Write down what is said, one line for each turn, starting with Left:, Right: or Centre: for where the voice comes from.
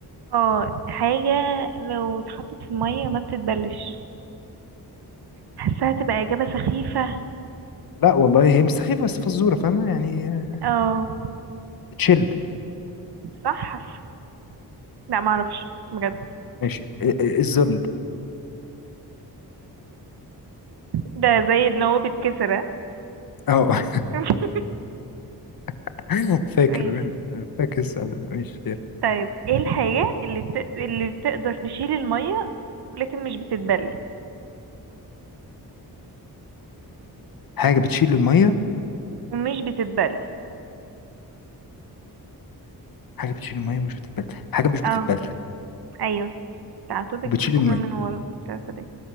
Right: اه حاجة لو اتحطت في المية ما بتتبلش حاساها تبقى إجابة سخيفة
Left: لا والله هي مش سخيفه بس فزوره فاهمه يعني آه،
Right: اه
Left: تشيل
Right: صح حاسة لا معرفش بجد
Left: ماشي آه، آه، الذل
Right: ده زي ان هو بيتكسر ها؟
Left: اه
Right: <laughs>
Left: <laughs> فاكر
Right: ماشي
Left: فاكر السؤال ده ماشي فاكر.
Right: طيب ايه الحاجة اللي بت... اللي بتقدر تشيل المية لكن مش بتتبل
Left: حاجه بتشيل الميه
Right: ومش بتتبل
Left: حاجه بتشيل الميه مش بتتبل حاجه مش بتتبل
Right: اه ايوه تعاتو بيجيب
Left: وبتشيل
Right: الجملة
Left: الميه
Right: من ورا مش عارفة ده